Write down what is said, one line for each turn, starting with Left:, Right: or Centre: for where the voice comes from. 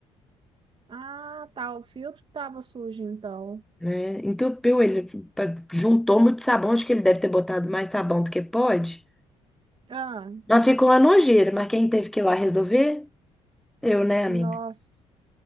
Right: Ah, tá. O filtro que tava sujo, então.
Centre: né? Entupiu ele, pa- juntou muito sabão, acho que ele deve ter botado mais sabão do que pode.
Right: Ah,
Centre: Mas ficou uma nojeira, mas quem teve que ir lá resolver? Eu, né,
Right: nossa.
Centre: amiga?